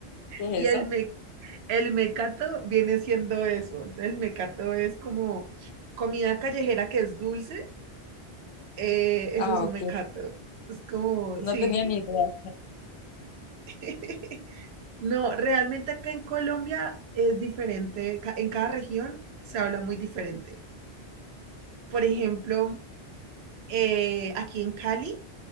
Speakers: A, on the left; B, on the right.
A: ¿qué
B: Y
A: es
B: el,
A: eso?
B: me, el mecato viene siendo eso. Entonces, el mecato es como comida callejera que es dulce. eh,
A: Ah,
B: eso es un
A: ok.
B: mecato. Es como,
A: No
B: sí.
A: tenía ni idea.
B: <laughs> No, realmente acá en Colombia es diferente. ca- En cada región se habla muy diferente. Por ejemplo, eh, aquí en Cali